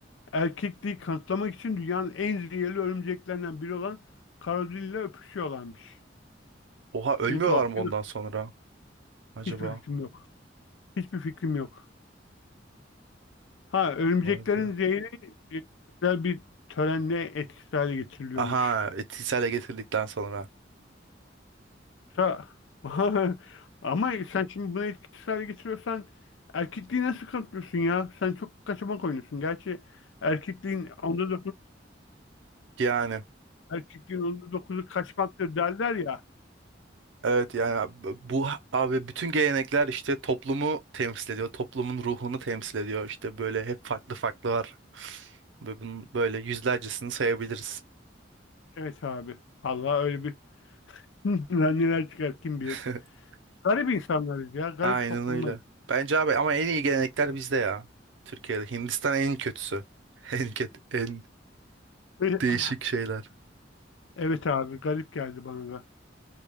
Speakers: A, on the left; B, on the right.
A: erkekliği kanıtlamak için dünyanın en zehirli örümceklerinden biri olan karadille öpüşüyorlarmış.
B: Oha ölmüyorlar
A: Ne tuhaf
B: mı
A: değil
B: ondan
A: mi?
B: sonra acaba?
A: Hiçbir fikrim yok. Hiçbir fikrim yok. Ha örümceklerin
B: Vay be.
A: zehri e, özel bir törenle etkisiz hale getiriliyormuş.
B: Aha etkisiyle getirdikten sonra.
A: Ha, <laughs> ama sen şimdi bunu etkisiz hale getiriyorsan erkekliği nasıl kanıtlıyorsun ya? Sen çok kaçamak oynuyorsun. Gerçi erkekliğin onda
B: Yani
A: Erkekliğin onda dokuzu kaçmaktır derler ya.
B: Evet yani bu abi bütün gelenekler işte toplumu temsil ediyor. Toplumun ruhunu temsil ediyor. İşte böyle hep farklı farklı var. Ve bunun böyle yüzlercesini sayabiliriz.
A: Evet abi. Allah öyle bir <laughs> lan neler çıkar kim bilir.
B: <laughs>
A: Garip insanlarız ya. Garip
B: Aynen
A: toplumlar.
B: öyle. Bence abi ama en iyi gelenekler bizde ya. Türkiye'de. Hindistan en kötüsü. <laughs> En kötü, en
A: <clears throat>
B: değişik şeyler.
A: <laughs> Evet abi. Garip geldi bana da.